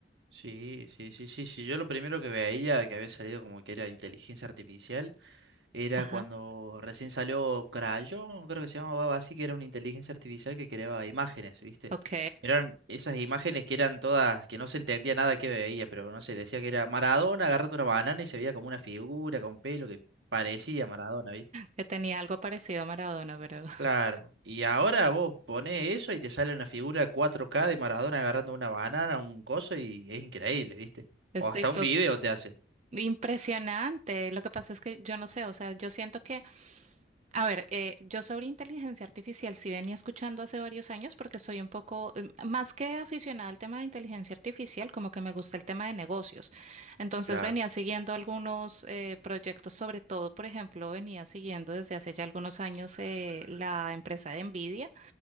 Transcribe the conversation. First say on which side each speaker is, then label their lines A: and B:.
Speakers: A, on the right; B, on the right.
A: sí, sí, sí, sí, sí. Yo lo primero que veía que había salido como que era inteligencia artificial era
B: Ajá,
A: cuando recién salió Crayon, creo que se llamaba algo así, que era una inteligencia artificial que creaba imágenes, ¿viste?
B: ok,
A: Pero eran esas imágenes que eran todas, que no se entendía nada que veía, pero no sé, decía que era Maradona agarrando una banana y se veía como una figura con pelo que parecía Maradona, ¿viste?
B: que tenía algo parecido a Maradona, pero <laughs>
A: Claro, y ahora vos ponés eso y te sale una figura 4K de Maradona agarrando una banana, un coso, y es increíble, ¿viste?
B: estoy
A: O hasta
B: to-
A: un video te hace.
B: impresionante. Lo que pasa es que yo no sé, o sea, yo siento que A ver, eh, yo sobre inteligencia artificial sí venía escuchando hace varios años porque soy un poco, eh, más que aficionada al tema de inteligencia artificial, como que me gusta el tema de negocios. Entonces
A: Claro,
B: venía siguiendo algunos eh, proyectos, sobre todo, por ejemplo, venía siguiendo desde hace ya algunos años eh, la empresa de Nvidia.